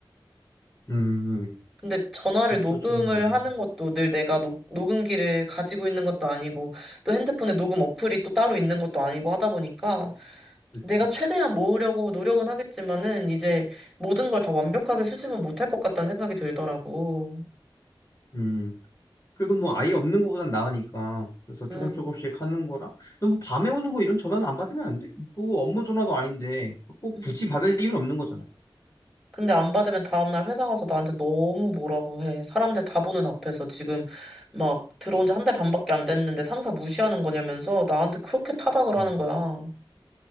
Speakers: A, on the left (about 40°); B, in the centre.
A: 음, 음.
B: 근데 전화를
A: 그것도
B: 녹음을
A: 좀 너무.
B: 하는 것도 늘 내가 녹, 녹음기를 가지고 있는 것도 아니고 또 핸드폰에 녹음 어플이 또 따로 있는 것도 아니고 하다 보니까
A: 그치.
B: 내가 최대한 모으려고 노력은 하겠지만은 이제 모든 걸 다 완벽하게 수집은 못할 것 같다는 생각이 들더라고.
A: 음. 그래도 뭐 아예 없는 거보단 나으니까. 그래서 조금
B: 음.
A: 조금씩 하는 거라. 너뭐 밤에 오는 거 이런 전화는 안 받으면 안 돼? 그거 업무 전화도 아닌데 그거 꼭
B: 음.
A: 굳이 받을 이유는 없는 거잖아.
B: 근데 안 받으면 다음날 회사 가서 나한테 너무 뭐라고 해. 사람들 다 보는 앞에서 지금 막 들어온 지 한 달 반밖에 안 됐는데 상사 무시하는 거냐면서 나한테 그렇게 타박을 하는
A: 음.
B: 거야.